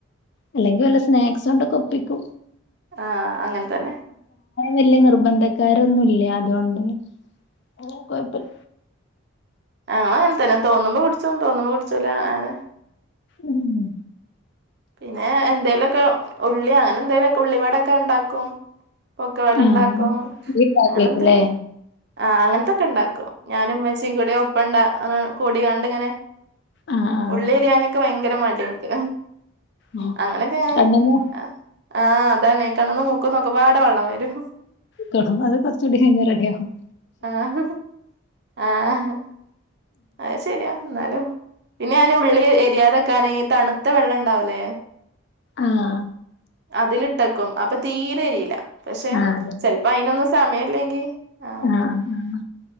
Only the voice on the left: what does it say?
അല്ലെങ്കിൽ വല്ല സ്നാക്സ് കൊണ്ടൊക്കെ ഒപ്പിക്കും
വലിയ നിർബന്ധക്കാരൊന്നുംല്ല അതുകൊണ്ട്പ്പ
ഉം
ആഹ്
ഇയ്യ് ഇണ്ടാക്കേക്കുല്ലേ
ആഹ്
ആഹ്
കണ്ണമ്മോ
ടും അത് കുറച്ചുകൂടി കഴിഞ്ഞ് റെഡിയാകും
ആഹ
ആഹ്
ആഹ ആ് ആഹ